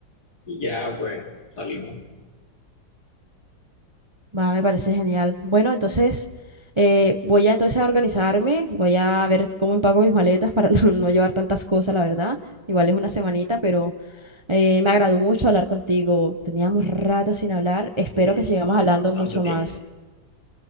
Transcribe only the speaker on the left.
y ya pues salimos.
Sí,
sí,
bastante
tiempo.